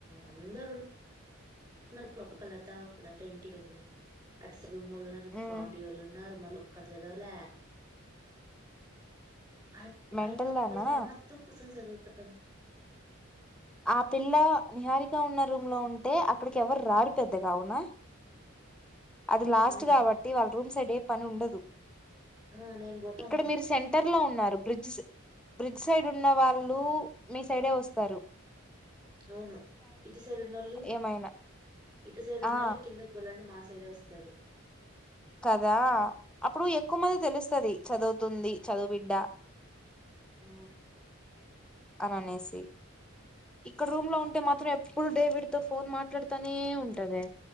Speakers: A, on the right; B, in the centre.
A: అందరు ఉన్నారు పక్కా లత లత ఇంటికి వెళ్లే అట్ రూమొల్లున్నారు
B: ఉమ్,
A: పానియోళ్ళునారు మల్ కదు చాదవలే ఆ
B: మెంటల్
A: అయమ్మి ఒకత్తి
B: దానా
A: కుసోని మాత్రం సదువు అంతె
B: ఆ పిల్ల నిహారిక ఉన్న రూమ్ లో ఉంటే, అక్కడికి ఎవరు ర్రారు పెద్దగా అవునా. అది లాస్ట్
A: ఆ
B: గాబట్టి వాళ్ళ రూమ్స్ క్కడే పనుండదు
A: ఆ నేను పోతామ్మా
B: ఇక్కడ మీరు సెంటర్ లో ఉన్నారు. బ్రిడ్జ్ స్ బ్రిడ్జ్ సైడున్న వాళ్ళు మీ సైడే ఒస్తారు.
A: అవును ఇటు సైడ్ ఉన్నోళ్ళు,
B: ఏమైనా
A: ఇటు సైడ్ ఉన్నళ్ళు
B: ఆ
A: కిందకి బోలంటె మాస్ సైడోస్తరు.
B: కదా అప్పుడు ఎక్కువ మంది తెలుస్తది. చదువుతుంది చదువుబిడ్డ
A: ఆ
B: అననేసి ఇక్కడ రూమ్ లో ఉంటే మాత్రం ఎప్ ఎప్పుడు డేవిడ్ తో ఫోన్ మాట్లాడతనే ఉంటది.